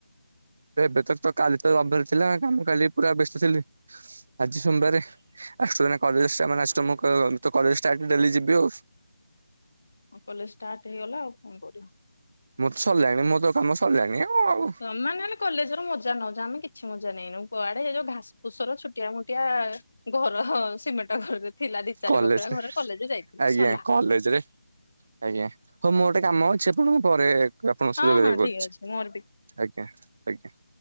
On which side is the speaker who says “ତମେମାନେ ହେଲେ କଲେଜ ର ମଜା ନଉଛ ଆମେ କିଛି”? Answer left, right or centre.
Left